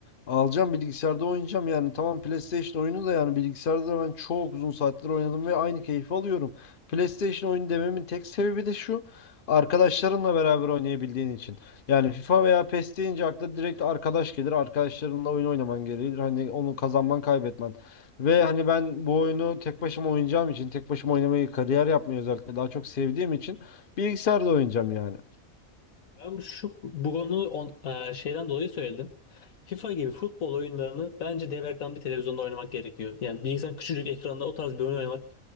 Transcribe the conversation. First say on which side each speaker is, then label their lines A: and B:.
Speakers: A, on the left; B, on the left.
A: alacağım bilgisayarda oynayacağım yani tamam PlayStation oyunu da yani bilgisayarda da ben çok uzun saatler oynadım ve aynı keyfi alıyorum. PlayStation oyunu dememin tek sebebi de şu arkadaşlarınla beraber oynayabildiğin için. Yani FIFA veya PES deyince akla direkt arkadaş gelir arkadaşlarınla oyun oynaman gerekir hani onu kazanman kaybetmen. Ve hani ben bu oyunu tek başıma oynayacağım için tek başıma oynamayı kariyer yapmayı özellikle daha çok sevdiğim için bilgisayarda oynayacağım yani.
B: Ben bu- şu bu konuyu on, e, şeyden dolayı söyledim. FIFA gibi futbol oyunlarını bence dev ekran bir televizyonda oynamak gerekiyor. Yani bilgisayarın küçücük ekranda o tarz bir oyun oynamak